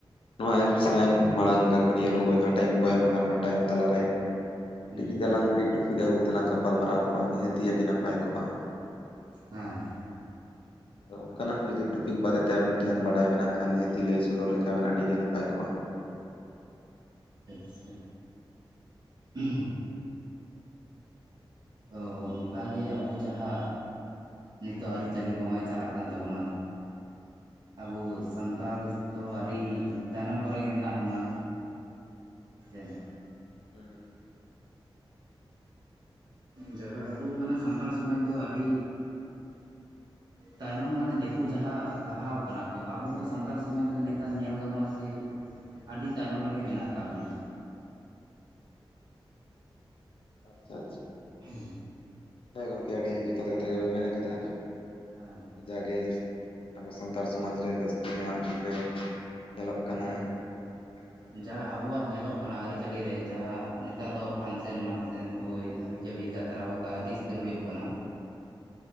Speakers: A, on the left; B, on the right.
A: ᱱᱚᱣᱟ ᱮᱯᱥ ᱨᱮᱱ ᱢᱟᱲᱟᱝ ᱜᱟᱹᱠᱷᱩᱲᱤᱭᱟᱹᱱ ᱠᱚ ᱡᱟᱦᱟᱸ ᱴᱟᱭᱤᱢ ᱠᱚ ᱮᱢ ᱠᱟᱜ ᱟᱚᱱᱟ ᱴᱟᱭᱤᱢ ᱛᱟᱞᱟᱨᱮ ᱠᱟᱹᱴᱤᱡ
B: ᱦᱮᱸ
A: ᱡᱩᱫᱤ ᱟᱞᱟᱝ ᱢᱤᱫᱴᱤᱡ ᱴᱨᱚᱯᱤᱠ ᱟᱹᱜᱩ ᱠᱟᱛᱮᱜ ᱞᱟᱝ ᱜᱟᱯᱟᱞᱢᱟᱨᱟᱣ ᱠᱚᱜᱼᱟ ᱱᱤᱦᱟᱹᱛᱤ ᱟᱹᱰᱤ ᱱᱟᱯᱟᱭ ᱠᱚᱜᱼᱟ᱾
B: ᱦᱮᱸ ᱦᱮᱸ᱾
A: ᱟᱫᱚ ᱚᱱᱠᱟᱱᱟᱜ ᱡᱩᱫᱤ ᱴᱚᱯᱤᱠ ᱵᱟᱨᱮᱛᱮ ᱟᱵᱮᱱ ᱴᱷᱮᱱ ᱵᱟᱲᱟᱭ ᱢᱮᱱᱟᱜ ᱠᱷᱟᱱ ᱱᱤᱦᱟᱹᱛᱤ ᱞᱟᱹᱭ ᱥᱚᱫᱚᱨ ᱞᱮᱠᱷᱟᱱ ᱵᱮᱱ ᱟᱹᱰᱤᱜᱮ ᱱᱟᱯᱟᱭ ᱠᱚᱜᱼᱟ᱾
B: ᱟᱪᱪᱷᱟ ᱾ ᱛᱚ ᱱᱚᱝᱠᱟᱜᱮ ᱟᱵᱩ ᱡᱟᱸᱦᱟ ᱱᱤᱛᱚᱜ ᱟᱹᱨᱤᱪᱟᱹᱞᱤ ᱠᱚ ᱦᱚᱸᱜᱼᱚᱭ ᱪᱟᱞᱟᱜ ᱠᱟᱱ ᱛᱟᱵᱚᱱᱟ᱾ ᱟᱵᱩ ᱥᱟᱱᱛᱟᱲ ᱫᱚ ᱟᱹᱰᱤ ᱛᱟᱭᱱᱚᱢ ᱠᱚᱨᱮᱜᱮ ᱢᱮᱱᱟᱜ ᱵᱚᱱᱟ᱾ ᱦᱮᱸᱥᱮ?
A: ᱦᱩᱸ᱾
B: ᱡᱟᱦᱟᱸ ᱟᱵᱩ ᱢᱟᱱᱮ ᱥᱟᱱᱛᱟᱲ ᱥᱚᱢᱟᱡ ᱫᱚ ᱟᱹᱰᱤ
A: <inaudible>
B: ᱛᱟᱭᱱᱚᱢ ᱢᱟᱱᱮ ᱫᱮᱠᱳ ᱡᱟᱦᱟᱸ ᱞᱟᱦᱟᱣ ᱠᱟᱱᱟ ᱠᱚ ᱟᱵᱚ ᱫᱚ ᱥᱟᱱᱛᱟᱲ ᱥᱚᱢᱟᱡ ᱫᱚ ᱱᱮᱛᱟᱨ ᱧᱮᱞ ᱜᱟᱱᱚᱜᱼᱟ ᱡᱮ ᱟᱹᱰᱤ ᱛᱟᱭᱱᱚᱢ ᱨᱮᱜᱮ ᱢᱮᱱᱟᱜ ᱠᱟᱜ ᱵᱚᱱᱟ᱾
A: ᱟᱪᱪᱷᱟ ᱟᱪᱪᱷᱟ᱾
B: ᱦᱩᱸ᱾
A: ᱦᱮᱸ ᱜᱚᱢᱠᱮ ᱟᱹᱰᱤ ᱡᱚᱛᱷᱟᱛ ᱠᱟᱛᱷᱟ ᱜᱮᱵᱮᱱ ᱢᱮᱱ ᱠᱟᱫᱟ᱾
B: ᱦᱮᱸ᱾
A: ᱡᱟᱜᱮ ᱟᱵᱚ ᱥᱟᱱᱛᱟᱲ ᱥᱚᱢᱟᱡᱽ ᱨᱮ ᱡᱟᱹᱥᱛᱤ ᱧᱟᱸᱜ ᱡᱩᱜ ᱨᱮ ᱧᱮᱞᱚᱜ ᱠᱟᱱᱟ
B: ᱢᱟᱱᱮ
A: ᱵᱟᱝ
B: ᱡᱟᱦᱟᱸ ᱟᱵᱚᱣᱟᱜ ᱧᱮᱞᱚᱜ ᱠᱟᱱᱟ ᱟᱹᱨᱤᱪᱟᱞᱤ ᱨᱮ ᱡᱟᱦᱟᱸ ᱱᱮᱛᱟᱨ ᱫᱚ ᱯᱷᱟᱱᱥᱮᱱ ᱢᱟᱱᱥᱮᱱ ᱳᱭ ᱦᱟᱹᱵᱤ ᱡᱟᱹᱵᱤ ᱡᱟᱛᱨᱟ ᱯᱟᱛᱟ ᱟᱰᱤ ᱩᱛᱟᱹᱨ ᱦᱳᱭᱳᱜ ᱠᱟᱱᱟ᱾
A: <inaudible>